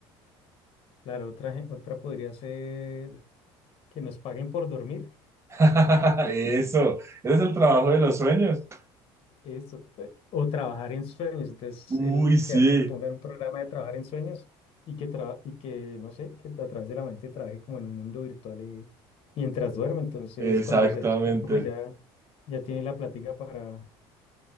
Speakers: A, on the left; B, on the right.
A: Claro, otra, gen- otra podría ser que nos paguen por dormir.
B: <laughs> Eso, ese es el trabajo de los sueños.
A: Eso, pe- o trabajar en sueños. Entonces,
B: Uy,
A: el,
B: sí.
A: que alguien le ponga en un programa de trabajar en sueños y que, traba- y que, no sé, que a través de la mente trabaje como en un mundo virtual eh, mientras duerme. Entonces,
B: Exactamente,
A: cuando se despierta, pues ya, ya tiene la plática para,